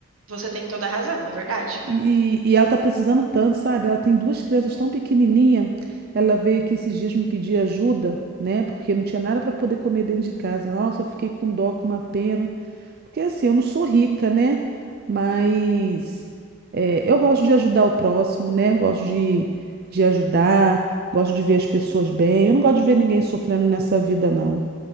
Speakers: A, on the right (about 80°); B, on the right (about 45°).
A: Você tem toda a razão, é verdade.
B: E, e ela tá precisando tanto, sabe? Ela tem duas crianças tão pequenininha. Ela veio aqui esses dias me pedir ajuda, né? Porque não tinha nada para poder comer dentro de casa. Nossa, eu fiquei com dó, com uma pena. Porque assim, eu não sou rica, né? Mas é, eu gosto de ajudar o próximo, né? Gosto de, de ajudar, gosto de ver as pessoas bem. Eu não gosto de ver ninguém sofrendo nessa vida, não.